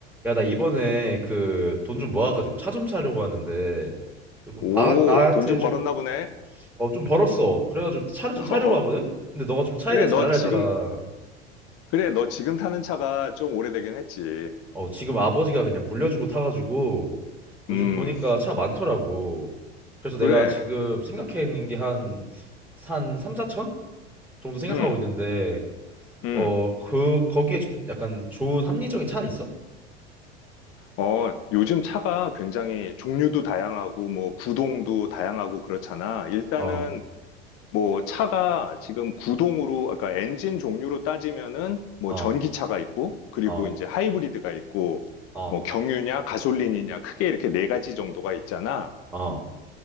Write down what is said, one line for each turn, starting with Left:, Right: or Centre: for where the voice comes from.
Centre: 야, 나 이번에 그 돈 좀 모아가지고 차 좀 사려고 하는데 그리고
Left: 오,
Centre: 나 나한테
Left: 돈 좀
Centre: 좀
Left: 벌었나 보네.
Centre: 어 좀 벌었어. 그래가지고 차를 좀
Left: <laughs>
Centre: 사려고
Left: 어,
Centre: 하거든. 근데 너가 좀 차에
Left: 그래,
Centre: 대해 잘
Left: 너
Centre: 알잖아.
Left: 지금, 그래, 너 지금 타는 차가 좀 오래되긴 했지.
Centre: 어 지금 아버지가 그냥 물려준 거 타가지고 요즘
Left: 음,
Centre: 보니까 차 많더라고. 그래서 내가
Left: 그래,
Centre: 지금 생각해 있는 게 한 한 3, 4천 정도 생각하고
Left: 음,
Centre: 있는데
Left: 음.
Centre: 어 그 거기에 좀 약간 좋은 합리적인 차 있어?
Left: 어, 요즘 차가 굉장히 종류도 다양하고, 뭐, 구동도 다양하고 그렇잖아. 일단은,
Centre: 어
Left: 뭐, 차가 지금 구동으로, 아까 엔진 종류로 따지면은, 뭐,
Centre: 어,
Left: 전기차가 있고, 그리고
Centre: 어,
Left: 이제 하이브리드가 있고,
Centre: 어,
Left: 뭐, 경유냐, 가솔린이냐, 크게 이렇게 네 가지 정도가 있잖아.
Centre: 어.